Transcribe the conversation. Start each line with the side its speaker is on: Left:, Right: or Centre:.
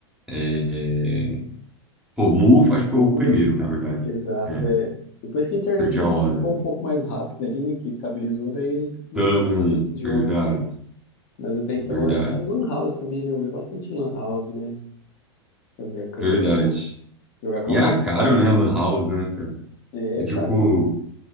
Centre: é, é, pô, Muffa, acho que
Left: Moura,
Centre: foi o primeiro, na verdade.
Left: exato,
Centre: É,
Left: é. Depois que a internet
Centre: perdi a hora.
Left: ficou
Centre: né?
Left: um pouco mais rápida ali, né, que estabilizou, daí começou
Centre: Também,
Left: a aparecer esses jogos,
Centre: verdade,
Left: né? Mas até então
Centre: verdade,
Left: era mais lan house também, né? Eu ia bastante em lan house, né? Essas épocas
Centre: verdade.
Left: aí eram boas. Jogar Counter-Strike.
Centre: E era caro, né, Lan House, né, cara?
Left: É,
Centre: E,
Left: cara,
Centre: tipo,
Left: nossa,